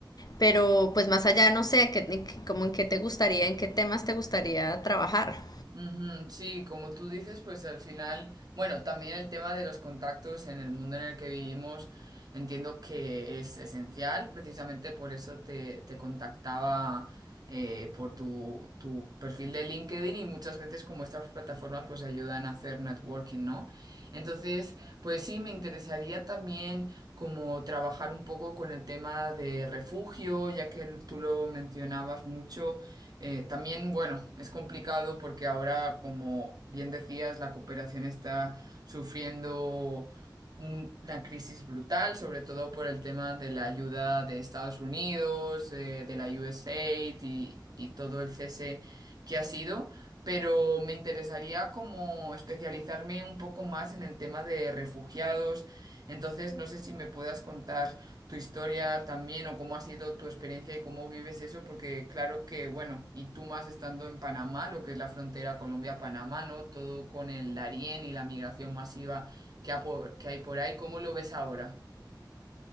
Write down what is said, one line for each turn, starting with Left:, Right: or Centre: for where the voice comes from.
Left: pero pues más allá no sé, que, que, como en qué te gustaría, en qué temas te gustaría trabajar.
Right: Ujú, Sí, como tú dices, pues al final, bueno, también el tema de los contactos en el mundo en el que vivimos, entiendo que es esencial, precisamente por eso te, te contactaba eh, por tu, tu perfil de LinkedIn y muchas veces como estas plataformas pues ayudan a hacer networking, ¿no? Entonces, pues sí, me interesaría también como trabajar un poco con el tema de refugio, ya que tú lo mencionabas mucho. Eh, también, bueno, es complicado porque ahora, como bien decías, la cooperación está sufriendo un- una crisis brutal, sobre todo por el tema de la ayuda de Estados Unidos, eh, de la USAID y, y todo el cese que ha sido. Pero me interesaría como especializarme un poco más en el tema de refugiados. Entonces, no sé si me puedas contar tu historia también o cómo ha sido tu experiencia y cómo vives eso, porque claro que, bueno, y tú más estando en Panamá, lo que es la frontera Colombia-Panamá, ¿no? Todo con el Darién y la migración masiva que, ha por- que hay por ahí, ¿cómo lo ves ahora?